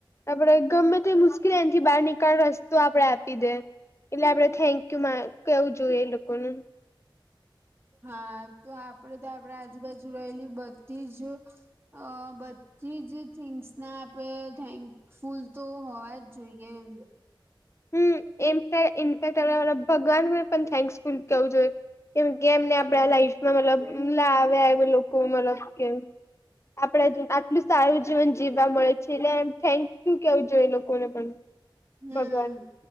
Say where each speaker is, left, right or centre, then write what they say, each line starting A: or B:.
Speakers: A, on the left; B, on the right.
A: આપડે ગમે તે મુશ્કેલી એથી બહાર નીકાળ રસ્તો આપડે આપી દે એટલે આપડે થેન્ક યુ મા કેવું જોયું એ લોકોનું
B: હા તો આપડે તો આપણા આજુબાજુ રહેલી બધી જ અ બધી જ થિંગ્સને આપે થેન્ક ફૂલ તો હોવાજ જોઈએ એમ
A: હમ એમ ઇનફેક્ટ ભગવાનને પણ થેન્ક્સફુલ કેવું જોઈએ કેમ કે એમને આપડા લાઈફમાં મતલબ આવ્યા લોકો મતલબ કેમ આપણા આટલું સારું જીવન જીવવા મળે છે એટલેમ થેન્ક યુ કેવું જોઈએ લોકોને પણ
B: હમ
A: ભગવાન